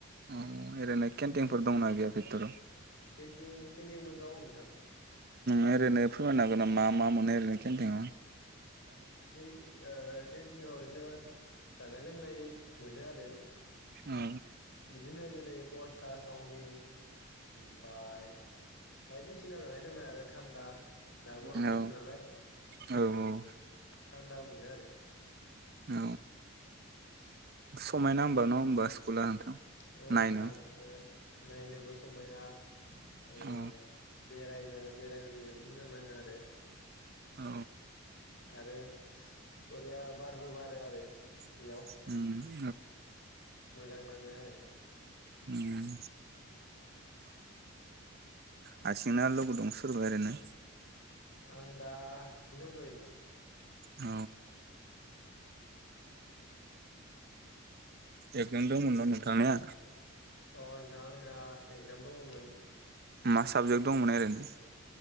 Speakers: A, on the right; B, on the left.
A: औ रैनो केन्टिनफोर दंना गैया। <inaudible>
B: केन्टिं केन्टिं। दं नोंथां।
A: ओरैनो फोरमायनो हागोन नामा मा मोनो ओरैनो केन्थिं
B: बै ओ <unintelligible> ओरैनो जानाय लोंनाय मोनो आरो।
A: औ
B: बिदिनो। <unintelligible> फरथा, सावमिन। ओमफाय। बायदिसिना जानाय। लोंनाय आरो थान्दा दा गरम
A: औ
B: बोथोर नालाय।
A: औ
B: थान्दाबो मोनो आरो।
A: औ।
B: <inaudible>
A: <unintelligible>
B: अ नोंथां
A: नायनो
B: ओ नायनोबो समायना। ओ।
A: औ
B: बेरायनो बेरायनानै जोबोद मोजां नाङो आरो।
A: औ।
B: आरो बरिया बारबो बारो आरो।
A: <inaudible>
B: बेयाव मोजां नाङो आरो।
A: उम हारसिंना लोगो दं सोरबा ओरैनो।
B: आं दा हारसिंनो दंथ'यो नोंथां।
A: औ। एकजाम दंमोनबा नोंथांनिया।
B: अ नोंथां आंना एगजाम दङमोन।
A: मा साबजेक्ट दंमोन ओरैनो?